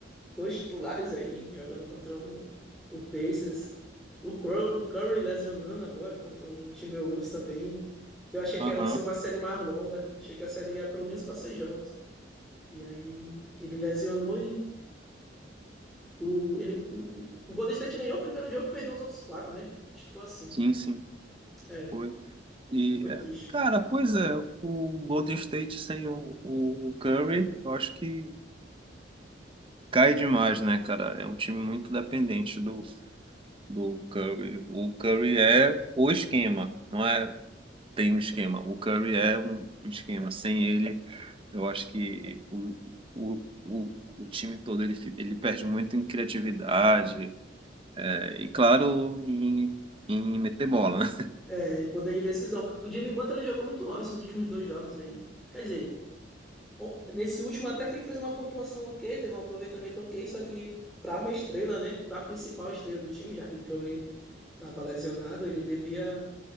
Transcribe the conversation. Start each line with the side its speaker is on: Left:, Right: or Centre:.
Centre: dois titulares aí, jogando contra o, o Pacers. O Curry, o Curry lesionando agora contra o Timberwolves também. Que eu achei
Right: Aham,
Centre: que ia ser uma série mais longa. Achei que a série ia pelo menos para seis jogos. E aí ele lesionou e o, ele, o, o o Golden State ganhou o primeiro jogo e perdeu os outros quatro, né? Acho que foi assim.
Right: Sim, sim.
Centre: É,
Right: Foi. E,
Centre: foi
Right: é,
Centre: triste.
Right: cara, pois é, o Golden State sem o, o Curry, eu acho que cai demais, né, cara? É um time muito dependente do, do Curry. O Curry é o esquema, não é tem um esquema. O Curry é um esquema. Sem ele, eu acho que o, o, o, o time todo ele, fi- ele perde muito em criatividade, é, e claro, em, em meter bola, né?
Centre: É, e poder de decisão. O Jimmy Butler jogou muito mal esses últimos dois jogos aí. Quer dizer, o- nesse último até que ele fez uma pontuação ok, teve um aproveitamento ok, só que para uma estrela, né, para a principal estrela do time, já que o Curry estava lesionado, ele devia